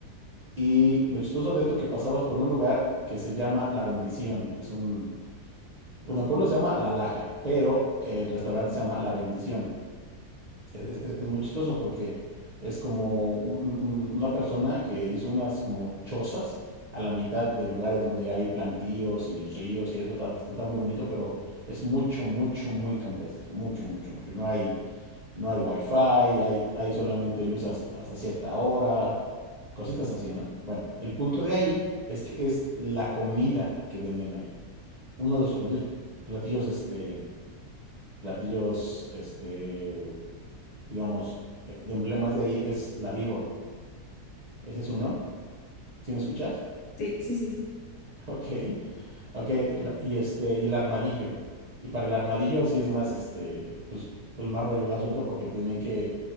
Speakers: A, on the right; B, on the left.
A: Y lo chistoso de esto que pasabas por un lugar que se llama La Bendición. Es un bueno, el pueblo se llama La Laja, pero el restaurante se llama La Bendición. Es, es- es- es muy chistoso porque es como un- un- una persona que hizo unas como chozas a la mitad de lugares donde hay plantíos y ríos y eso. Está, está- está muy bonito, pero es mucho, mucho, muy campestre. Mucho, mucho, mucho. No hay, no hay wifi, hay, hay solamente luz has- hasta cierta hora, cositas así, ¿no? Bueno, el punto de ahí es que es la comida que venden ahí uno de sus platillos, platillos, este, platillos, este, digamos, eh, de emblemas de ahí es la víbora. Ese es uno. ¿Sí me escuchas?
B: Sí, sí, sí, sí.
A: <laughs> Ok, ok. la- y este, y el armadillo. Y para el armadillo sí es más, este, pues, pues más rollo el asunto porque tenían que,